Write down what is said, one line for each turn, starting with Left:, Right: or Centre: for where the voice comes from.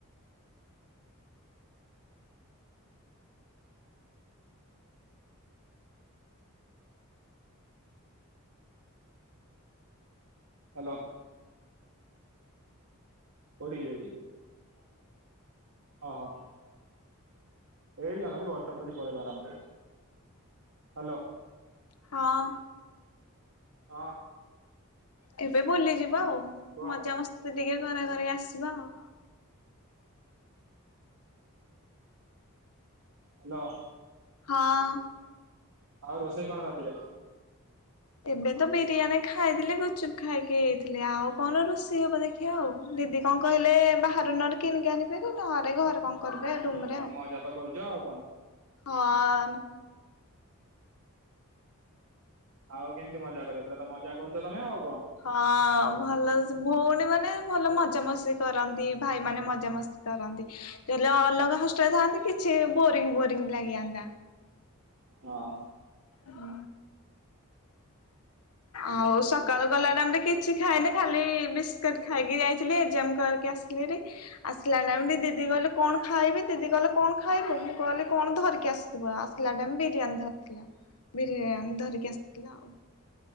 Right: ହ୍ୟାଲୋ, କୋଉଠି ଯିବେ କି? ହ ହ। ଏଇଠି ଯାଉ ନାହାନ୍ତି। ବସଷ୍ଟପ୍ ଅଛି ପଳେଇବ ଆରାମସେ। ହ୍ୟାଲୋ।
Left: ହଁ।
Right: ହ।
Left: ଏବେ ବୁଲିଯିବା ଆଉ।
Right: କୁହ
Left: ମଜା ମସ୍ତି ଟିକେ କରା କରି ଆସିବା ଆଉ।
Right: ହ୍ୟାଲୋ।
Left: ହଁ।
Right: ଆଉ ରୋଷେଇ କଣ ରାତିରେ?
Left: ଏବେ ତ ବିରିୟାନୀ ଖାଇଥିଲି, ଗୁଚୁପ୍ ଖାଇକି ଆଇଥିଲି, ଆଉ କଣ ରୋଷେଇ ହବା ଦେଖି ଆଉ ଦିଦି କଣ କହିଲେ, ବାହାରୁ ନହଲେ କିଣିକି ଆଣିଭେରି ନଅରେ ଘରେ କଣ କରିବେ ରୁମରେ
Right: କଣ
Left: ଆଉ।
Right: ମଜା ତ କରୁଛ ଆଉ କଣ
Left: ହଁ-ଅନ୍।
Right: ଆଉ କେମିତି ମଜା କରିବ! ପୁରା ତ ମଜା କରୁଛ ତମେ ଆଉ କଣ?
Left: ହଁ, ଭଲ ଭଉଣୀ ମାନେ ଭଲ ମଜାମସ୍ତି କରନ୍ତି। ଭାଇ ମାନେ ମଜାମସ୍ତି କରନ୍ତି। ଯଲି ଅଲଗା ହଷ୍ଟେଲରେ ଥାନ୍ତି କିଛି ବୋରିଙ୍ଗ, ବୋରିଙ୍ଗ ଲାଗିଆନ୍ତା।
Right: ହଁ।
Left: ହୁଁ। ଆଉ ସକ୍ ସକାଳୁ ଗଲା ଟାଇମ୍ ରେ କିଛି ଖାଇନି ଖାଲି ବିସ୍କିଟ୍ ଖାଇକି ଯାଇଥିଲି, ଏକ୍ସାମ୍ କରିକି ଆସିଲି ହେରି। ଆସିଲା ଟାଇମ୍ ଦିଦି କହିଲେ, କଣ ଖାଇବି? ଦିଦି କହିଲ କଣ ଖାଇବୁ? ମୁଁ କହିଲି କଣ ଧରିକି ଆସ୍ <unintelligible> ଆସିଲା ଟାଇମ୍ ବିରିୟାନୀ ଧରିଥିଲା। ବିରିୟାନୀ ଧରିକି ଆସିଥିଲା ଆଉ।